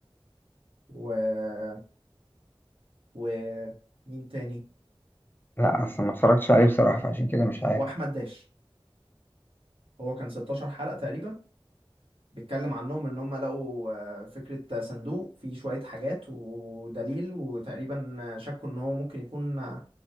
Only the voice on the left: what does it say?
لا أصلا ما اتفرجتش عليه بصراحة فعشان كده مش عارف